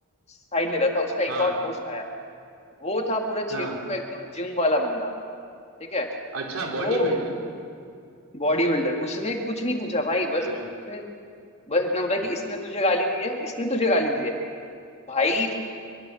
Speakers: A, on the left; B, on the right.
A: साइड ले रहा था उसका एक
B: हाँ
A: और दोस्त आया वो था पूरा छह
B: हाँ
A: फुट का एकदम जिम वाला बंदा ठीक है
B: अच्छा
A: वो
B: बॉडी बिल्डर
A: बॉडी बिल्डर उसने कुछ नहीं पूछा भाई बस
B: अरे
A: उसने बस इतना बोला कि
B: हम्म,
A: इसने तुझे गाली दी है इसने तुझे गाली दी है भाई